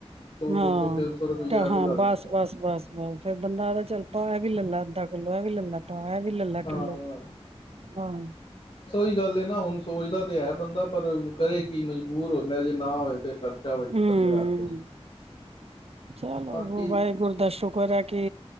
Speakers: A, on the left; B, on the right.
A: ਸੌ
B: ਹਾਂ,
A: ਦੋ ਸੌ ਤਿੰਨ ਸੌ ਰੁਪਈਆ ਐਵੇਂ
B: ਹਾਂ,
A: ਲੱਗ
B: ਬਸ-ਬਸ-ਬਸ-ਬਸ
A: ਜਾਂਦਾ
B: ਫੇਰ ਬੰਦਾ ਆਦਾ ਚੱਲ ਪਾ ਇਹ ਵੀ ਲੈਲਾ ਅੱਧਾ ਕਿੱਲੋ, ਇਹ ਵੀ ਲੈਲਾ ਪਾ, ਇਹ ਵੀ ਲੈਲਾ
A: ਹਾਂ,
B: ਕਿੱਲੋ, ਹਾਂ।
A: ਏਹੀ ਗੱਲ ਹੈ ਨਾ, ਹੁਣ ਸੋਚਦਾ ਤੇ ਹੈ ਬੰਦਾ ਪਰ ਕਰੇ ਕਿ ਮਜਬੂਰ ਹੋ ਗਿਆ। ਪਹਿਲੇ ਨਾ ਹੋਏ ਤੇ ਖਰ ਬੱਚਾ ਵਿੱਚ
B: ਹੂੰ
A: ਬੰਦੇ ਹੱਥ ਚ
B: ਚਲੋ
A: ਬਾਕੀ
B: ਅੱਗੋਂ ਵਾਹਿਗੁਰੂ ਦਾ ਸ਼ਕ <unintelligible> ਕੀ